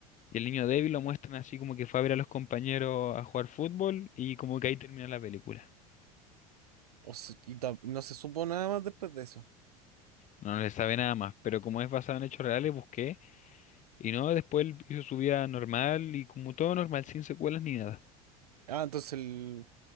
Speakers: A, on the left; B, on the right.
A: Y el niño débil lo muestran así como que fue a ver a los compañeros a jugar fútbol y como que ahí termina la película.
B: O se- y ta- no se supo nada más después de eso.
A: No no le sabe nada más, pero como es basado en hechos reales, busqué. Y no, después él hizo su vida normal y como todo normal, sin secuelas ni nada.
B: Ah, entonces el,